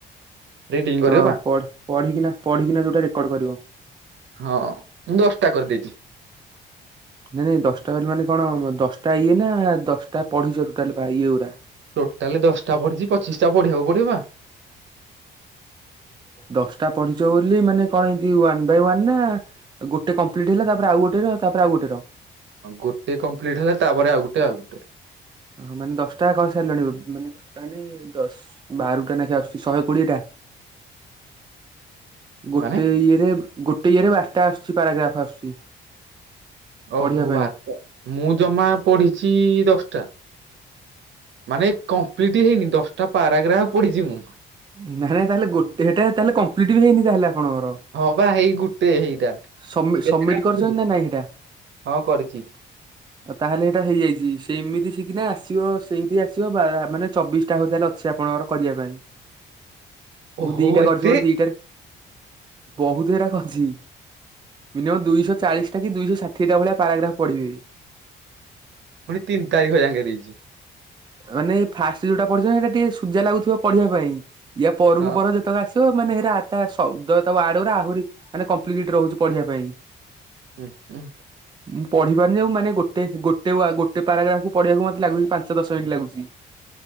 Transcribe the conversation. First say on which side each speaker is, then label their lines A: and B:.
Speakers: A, on the right (about 65°); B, on the right (about 25°).
A: ରିଡିଙ୍ଗ କରିବ
B: ହଁ
A: ବା
B: ପଢ଼ି ପଢ଼ିକିନା ପଢ଼ିକିନା ଯୋଉଟା ରେକର୍ଡ କରିବ।
A: ହଁ ମୁଁ ଦଶଟା କରିଦେଇଚି।
B: ନାଇଁ ନାଇଁ ଦଶଟା କଲୁ ମାନେ କଣ ଦଶଟା ଇଏ ନା ଦଶଟା ପଢ଼ିଚୁ ଟୋଟାଲି ଇଏ ଗୁରା?
A: ଟୋଟାଲ ଦଶଟା ପଢ଼ିଚି ପଚିଶିଟା ପଢ଼ିବାକୁ ପଡ଼ିବ ବା।
B: ଦଶଟା ପଢ଼ିଚ ବୋଲି ମାନେ କଣ ଏଇ ୱାନ୍ ବାଇ ୱାନ ନା ଗୋଟେ କମ୍ପ୍ଲିଟ ହେଲା ତାପରେ ଆଉ ଗୋଟେ ର ତାପରେ ଆଉ ଗୋଟେ ର।
A: ଗୋଟେ କମ୍ପ୍ଲିଟ ହେଲା ତାପରେ ଆଉ ଗୋଟେ ଆଉ ଗୋଟେ।
B: ଓ ହଁ ମାନେ ଦଶଟା କହି ସରିଲାଣି ମାନେ ଦଶଟା ମାନେ ଦଶ ବାରୁଟା ନେଖୋ ଆସୁଛି ଶହେ କୋଡ଼ିଏ ଟା। ଗୋଟେ
A: ମାନେ
B: ଇଏରେ ଗୋଟେ ଇଏରେ ବାରଟା ଆସୁଛି ପାରାଗ୍ରାପ ଆସୁଛି
A: ଓହୋ
B: ପଢ଼ିବା ପାଇଁ।
A: ବାରଟା ମୁଁ ଜମା ପଢ଼ିଚି ଦଶଟା। ମାନେ କମ୍ପ୍ଲିଟ୍ ହେଇନି ଦଶଟା ପାରାଗ୍ରାପ୍ ପଢ଼ିଚି ମୁଁ।
B: ନାଇଁ ନାଇଁ ତାହେଲେ ଗୋଟେ ହେଟା ତାହେଲେ କମ୍ପ୍ଲିଟ ବି ହେଇନି ତାହେଲେ ଆପଣଙ୍କର?
A: ହଁ ବା ହେଇ ଗୋଟେ ହେଇଟା
B: ସବମି
A: କେତେ
B: ସବମିଟ
A: ଟା
B: କରିଛନ୍ତି
A: କରିଚ
B: ନା ନାଇଁ ହେଟା?
A: ହଁ କରିଚି।
B: ତାହେଲେ ଏଇଟା ହେଇଯାଇଚି ସେ ଏମିତି ଶିଖିନେ ଆସିବ ସେମିତି ଆସିବ ମାନେ ଚବିଶି ଆହୁରି ତାହାଲେ ଅଛି ଆପଣଙ୍କର କରିବା ପାଇଁ।
A: ଓହୋ
B: ମୁଁ ଦିଇଟା
A: ଏତେ
B: କରିଚି ମୋର ଦିଇଟାରେ ବହୁତୁ ହେରାକ ଅଛି। ମିନିୟମ୍ ଦୁଇଶହ ଚାଳିଶିଟା କି ଦୁଇଶହ ଷାଠିଏ ଭଳିଆ ପାରାଗ୍ରାଫ ପଢ଼ିବେ।
A: ପୁଣି ତିନି ତାରିଖ ଜାକେ ଦେଇଚି।
B: ମାନେ ଫାଷ୍ଟ ଯୋଉଟା ପଢ଼ିବ ସେଇଟା ଟିକେ ସୁଯା ଲାଗୁଥିବ ପଢ଼ିବା ପାଇଁ। ୟା ପରକୁ
A: ହଁ
B: ପର ଯେତକ ଆସିବ ମାନେ ହେରା ଆତା ଶବ୍ଦ ତା ୱଡେଗୁରା ଆହୁରି ମାନେ କମ୍ପ୍ଲିକେଟ୍ ରହୁଚି। ପଢ଼ିବା ପାଇଁ।
A: ହୁଁ ହଁ।
B: ମୁଁ ପଢ଼ି ପାରୁନି ଆଉ ମାନେ ଗୋଟେ ଗୋଟେ ଗଟେ ପାରାଗ୍ରାପକୁ ପଢ଼ିବାକୁ ମତେ ପାଞ୍ଚ ଦଶ ମିନିଟ୍ ଲାଗୁଛି।